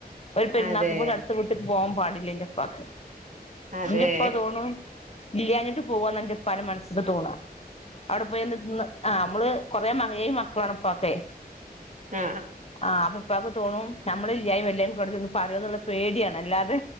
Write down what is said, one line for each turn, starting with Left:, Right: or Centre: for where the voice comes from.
Left: ഒരു പെരുന്നാക്കു
Right: അതെ
Left: പോലും അടുത്ത വീട്ടിക്ക് പോകാൻ പാടി ല്യന്റെപ്പാക്ക്
Right: അതെ
Left: ഇന്റെ ഇപ്പ തോണും ഇല്യഞ്ഞിട്ട് പോവാന്നന്റെപ്പാന്റെ മനസ്സ്ക്ക് തോന്ന അവിടെ പോയിന്ന് തിന്ന് ആ മ്മള് കൊറേമാകഏഴുമക്കളാണ്പ്പാക്കെ
Right: ആ
Left: ആഹ പെപ് ഇപ്പാക്ക് തോന്നും നമ്മള് ഇല്യായിം വൽ യും ചെന്ന് പറയോന്നുള്ളോ പേടിയാണ് അല്ലാതെ